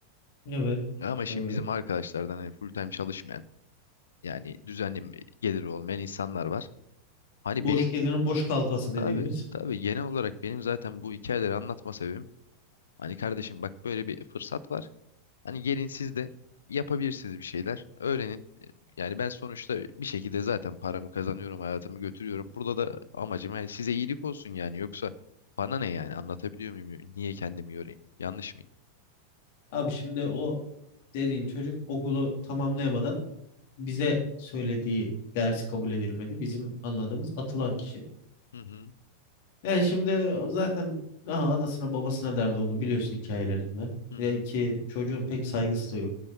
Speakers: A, on the left (about 50°); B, on the left (about 65°).
A: Evet.
B: Ama şimdi
A: Evet.
B: bizim arkadaşlardan hani full time çalışmayan yani düzenli geliri olmayan insanlar var. Hani
A: Boş
B: benim
A: gezenin boş kalfası
B: tabii
A: dediğimiz.
B: tabii genel olarak benim zaten bu hikayeleri anlatma sebebim hani kardeşim bak böyle bir fırsat var. Hani gelin siz de yapabilirsiniz bir şeyler. Öğrenin. E, Yani ben sonuçta bir şekilde zaten paramı kazanıyorum, hayatımı götürüyorum. Burada da amacım yani size iyilik olsun yani. Yoksa bana ne yani anlatabiliyor muyum? Niye kendimi yorayım? Yanlış mıyım?
A: Abi şimdi o dediğin çocuk okulu tamamlayamadan bize söylediği ders kabul edilmedi. Bizim anladığımız atılan kişi.
B: Hı hı,
A: Yani şimdi o zaten daha anasına babasına dert oldu biliyorsun hikayelerinde.
B: hı
A: Ve
B: hı,
A: ki çocuğun pek saygısı da yok.